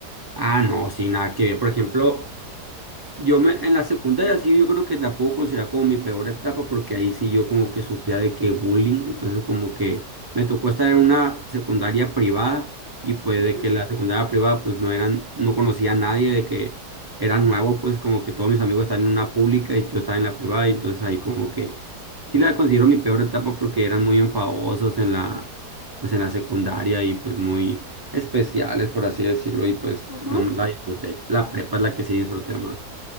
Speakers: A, on the right (about 35°); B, on the left (about 40°).
A: Ah, no, sin nada que ver. Por ejemplo,
B: mm,
A: Yo me, en la secundaria sí yo creo que la puedo considerar como mi peor etapa porque ahí sí yo como que sufría de que bullying, entonces como que me tocó estar en una secundaria privada y pues
B: Ujú,
A: de que la secundaria privada pues no eran, no conocía a nadie, de que era nuevo pues como que todos mis amigos estaban en una pública y yo estaba en la privada y entonces ahí como que
B: Sí.
A: sí la considero mi peor etapa porque eran muy enfadosos en la, pues en la secundaria y pues muy especiales por así decirlo y pues
B: ujú,
A: no me la disfruté, la prepa es la que sí disfruté más.